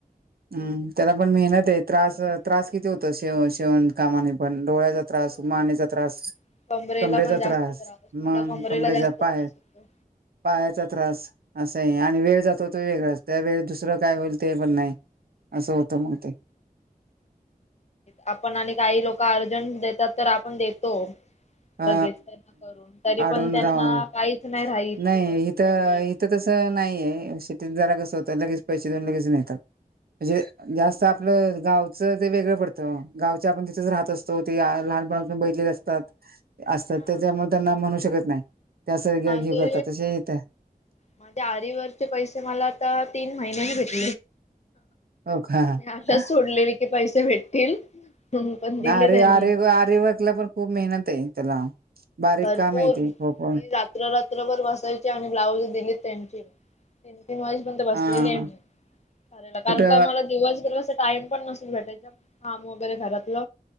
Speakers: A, on the right; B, on the left.
A: हम्म त्याला पण मेहनत आहे त्रास
B: नाही
A: त्रास
B: पैसेच
A: किती होतेव
B: नाही
A: शेवण कामाने पण. डोळ्याचा
B: देत.
A: त्रास,
B: हो.
A: मानेचा त्रास.
B: कमरेला
A: कमरेच्या
B: पण जास्त
A: त्रास,
B: मला
A: मग
B: कमरेला
A: कमरेचा
B: जास्त
A: पाय.
B: त्रास होतो.
A: पायाचा त्रास असा आहे, आणि वेळ जातोतो वेगळाच. त्यावेळी दुसरं काय होईल ते पण नाही. असं होतं मग ते
B: आपण आणि काही लोक, जफार देतात तर आपण देतो.
A: हा
B: लगेच त्यांना करून तरी
A: आडून
B: पण त्यांना
A: राहा
B: काहीच नाही रात
A: नाही
B: ते पैसे
A: इथं
B: त्यावेळी,
A: इथं नाहीये शेटत जरा कसं होत लगेच पैसे देऊन लगेच मिळतात. म्हणजे जास्त आपलं गावचं ते वेगळं पडतं गावचे आपण तिथंच राहत असतो ते, लपणाून बैलेले असतात असतात
B: हा
A: त्याच्यामुळे त्यांना म्हणू शकत नाही. त्या असं घेऊ
B: माझे
A: करतात तसे येत
B: माझे आरी वर्क चे पैसे मला आता तीन महिने ह भेट.
A: हो का
B: अशाच सोडलेली की पैसे भेटतील. पण दिले
A: अरे
B: त्यांनी
A: आरे आरेवर्कला पण खूप म्हणत आहे त्याला. बारीक
B: भरपूर...
A: काम आहे ते खूप
B: मी रात्र रात्रभर बसायची आणि ब्लाउज दिले त्यांचे. तीन तीन वाजेपर्यंत बसलेली
A: हा
B: आहे, मी कारण
A: कुठं
B: मला दिवसभर टाईम पण नसतो. बेठे काम वगैरे घरात